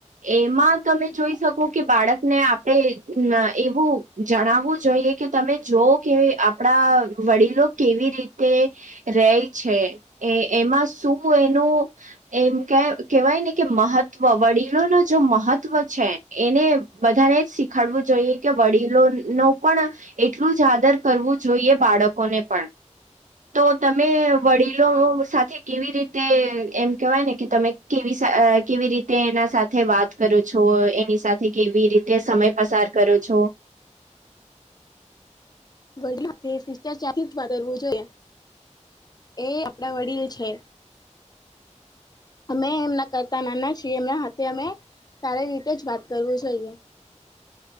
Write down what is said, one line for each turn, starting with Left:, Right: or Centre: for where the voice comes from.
Right: એમાં તમે જોઈ શકો કે બાળકને આપણે ન એવું જણાવવું જોઈએ કે તમે જોઓ કે આપડા વડીલો કેવી રીતે. રે છે એ એમાં શું એનું એમ કે કેહેવાય ને કે મહત્વ વડીલો ન જો મહત્વ મહત્વ છે એને બધાને એજ શીખાડવું જોઈએ કે વડીલો નો પણ એટલું જ આદર કરવું જોઈએ બાળકોને પણ તો તમે વડીલો સાથે કેવી રીતે એમ કેહેવાય ને કે તમે કેવી અ કેવી રીતે એના સાથે વાત કરો છો એની સાથે કેવી રીતે સમય પસાર કરો છો.
Left: બ સિસ્ટર ચવો જોઈ. એ આપણા વડીલ છે. અમે એમના કરતા નાના છીએ એમના હાથે અમે સારી રીતે જ વાત કરવું જોઈએ.